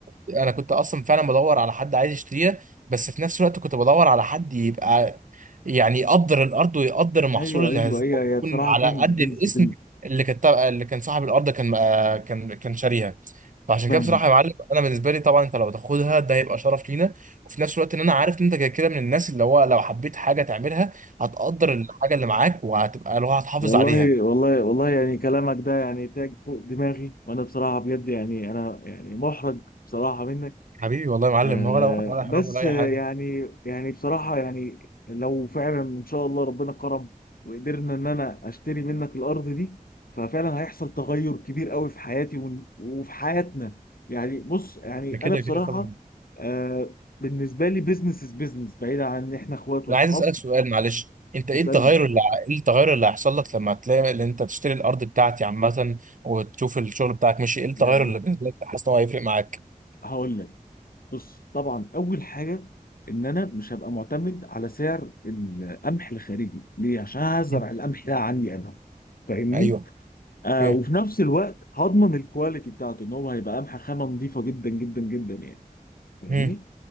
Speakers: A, on the right; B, on the left.
A: انا كنت اصلا فعلا بدور على حد عايز يشتريها بس في نفس الوقت كنت بدور على حد يبقى يعني يقدر الارض ويقدر المحصول
B: ايوه
A: اللي
B: ايوه
A: هيزرعه
B: ايوه هي
A: يكون
B: بصراحة
A: على
B: كنز
A: قد
B: كنز
A: الاسم
B: كنز
A: اللي كان تبع- اللي كان صاحب الارض كان آه، كان كان شاريها فعشان
B: فاهم
A: كده بصراحه يا معلم انا بالنسبه لي طبعا انت لو تاخدها ده هيبقى شرف لينا وفي نفس الوقت ان انا عارف ان انت كده كده من الناس اللي هو لو حبيت حاجه تعملها هتقدر الحاجه اللي معاك وهتبقى اللي هو هتحافظ
B: والله
A: عليها
B: والله والله يعني كلامك ده يعني تاج فوق دماغي وانا بصراحه بجد يعني انا يعني محرج بصراحه منك
A: حبيبي والله يا معلم
B: آه
A: ولا ولا حرج
B: بس
A: ولا اي
B: آه
A: حاجه
B: يعني يعني بصراحه يعني لو فعلا ان شاء الله ربنا كرم وقدرنا ان انا اشتري منك الارض دي ففعلا هيحصل تغير كبير قوي في حياتي ون- وفي حياتنا يعني بص يعني
A: ده كده
B: انا بصراحه
A: كده طبعا
B: آه بالنسبه لي بيزنس از بيزنس بعيدا عن ان احنا اخوات واصحاب
A: انا عايز اسالك سؤال معلش انت ايه
B: اسالني
A: التغير اللي ع- ايه التغير اللي هيحصل لك لما تلاقي اللي انت تشتري الارض بتاعتي عامه وتشوف الشغل بتاعك ماشي ايه التغير
B: يعني
A: اللي بالنسبه لك حاسس ان هو هيفرق معاك
B: هقول لك بص طبعا اول حاجه ان انا مش هبقى معتمد على سعر القمح الخارجي ليه عشان هزرع
A: مم.
B: القمح ده عندي انا فاهمني
A: ايوه
B: آه
A: اوكي
B: وفي نفس الوقت هضمن الكواليتي بتاعته ان هو هيبقى قمح خامه نظيفه جدا جدا جدا يعني فاهمني
A: مم.